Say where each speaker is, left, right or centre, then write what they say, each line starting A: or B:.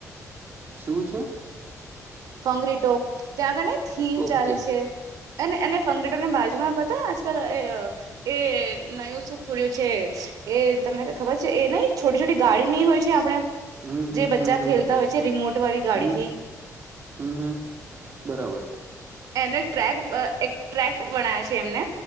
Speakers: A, on the right; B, on the right.
A: શું છે?
B: ફંગરીટો ત્યાં આગળ ને થીમ
A: ઓકે
B: ચાલે છે. અને એને ફંગેટોને બાજુમા, પતા આજકાલ એ એ નયુ શું ખુડ્યુ છે. એ તમને ખબર છે, એ નહ છોટી છોટી ગાડી નહી હોય છે, આપણે
A: હમ હમ
B: જે બચ્ચા
A: હમ હમ
B: ખેલતા
A: હમ
B: હોય છે. રિમોટ વાળી ગાડી
A: હમ
B: થી.
A: હમ, હમ બરાબર
B: ને ટ્રેક એક ટ્રેક વનાયા છે, એમને